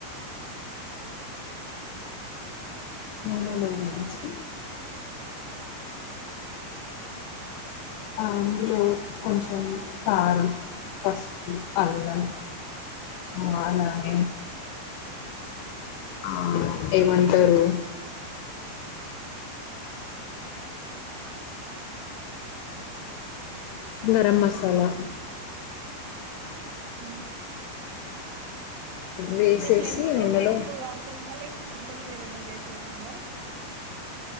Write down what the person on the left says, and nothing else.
మనలో వసి ఆ అందులో కొంచెం కారు పసుపు అల్లం ఆ అలాగ ఆ ఏమంటారు గరం మసాలా
వేసేసి
నూనెలో